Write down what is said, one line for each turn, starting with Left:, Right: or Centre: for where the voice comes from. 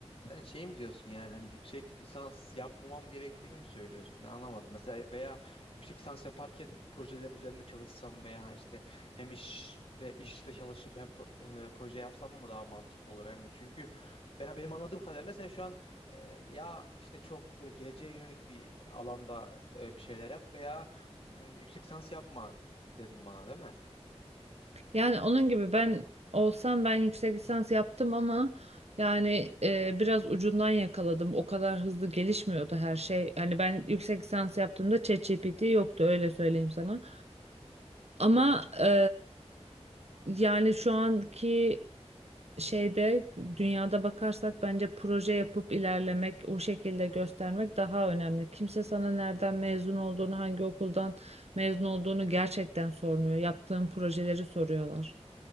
Left: Sen şey mi diyorsun yani hani yüksek lisans yapmamam gerektiğini mi söylüyorsun? Ben anlamadım. Mesela veya yüksek lisans yaparken projeler üzerinde çalışsam veya işte hem işte işte çalışıp hem pro- e, proje yapsam mı daha mantıklı olur? Yani çünkü ben benim anladığım kadarıyla sen şu an e, ya işte çok böyle geleceğe yönelik bir alanda e, bir şeyler yap veya e, yüksek lisans yapma dedim bana değil mi?
Right: Yani onun gibi ben olsam ben yüksek lisans yaptım ama yani e, biraz ucundan yakaladım. O kadar hızlı gelişmiyordu her şey. Hani ben yüksek lisans yaptığımda ChatGPT yoktu öyle söyleyeyim sana. Ama e, yani şu anki şeyde dünyada bakarsak bence proje yapıp ilerlemek, o şekilde göstermek daha önemli. Kimse sana nereden mezun olduğunu, hangi okuldan mezun olduğunu gerçekten sormuyor. Yaptığın projeleri soruyorlar.